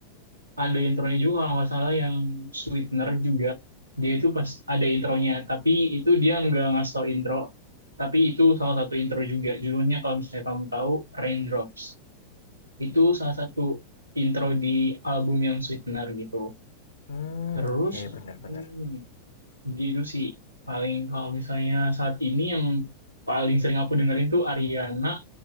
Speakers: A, on the right (about 85°); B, on the left (about 65°).
A: ada intronya juga kalau nggak salah yang Sweetener juga dia itu pas ada intronya tapi itu dia nggak ngasih tau intro tapi itu salah satu intro juga judulnya kalau misalnya kamu tahu Raindrops itu salah satu intro di album yang Sweetener gitu
B: Hmm,
A: terus
B: ya bener-bener.
A: hmm, gitu sih paling kalau misalnya saat ini yang paling sering aku dengerin tuh Ariana